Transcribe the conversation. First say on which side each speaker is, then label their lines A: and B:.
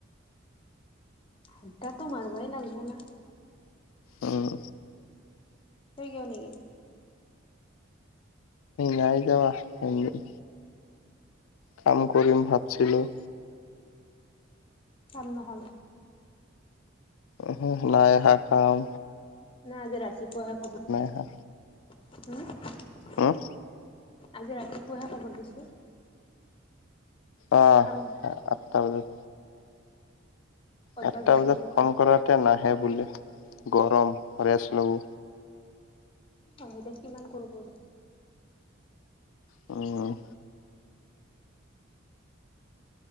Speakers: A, on the left; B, on the left.
A: আড্ডাতো মাৰিবাই লাগবই না।
B: উম।
A: তই কিয় নেগিল?
B: নাই যাৱা এনেই। কাম কৰিম ভাবিছিলোঁ।
A: কাম নহল?
B: উমহো নাই আহা কাম।
A: নাই আজি ৰাতিপুৱাহে কব
B: আহা
A: হম
B: উম।
A: আজি ৰাতিপুৱাহে খবৰ দিছো।
B: আহ
A: কাম ন
B: আঠটা বজাত।
A: ক'ত
B: আঠটা
A: বা গিছে
B: বজাতে
A: কিজানি
B: ফোন কৰাতে নাহে বোলে গৰম ৰেষ্ট ল'ব।
A: হয় দে কিমান কৰিব দে?
B: উম।